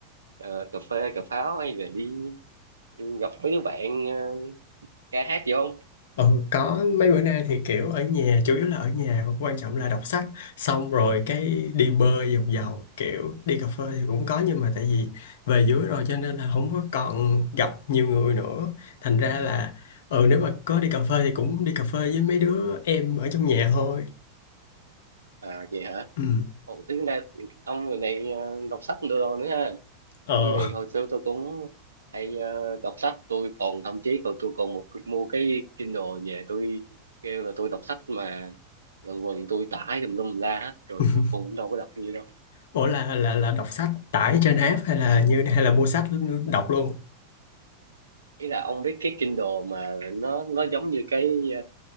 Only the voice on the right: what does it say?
ờ, cà phê, cà pháo hay là đi ừ, gặp mấy đứa bạn ờ, ca hát gì không?
À vậy hả?
Ồ, thế này ông người này ờ, đọc sách đồ đồ nữa ha
tôi thì hồi xưa tôi cũng hay ờ, đọc sách tôi còn thậm chí còn tôi còn một mua cái Kindle về tôi kêu là tôi đọc sách mà lần quần tôi tải tùm lum la hết rồi
cuối cùng cũng đâu có đọc như đâu
ý là ông biết cái Kindle mà nó nó giống như cái ờ,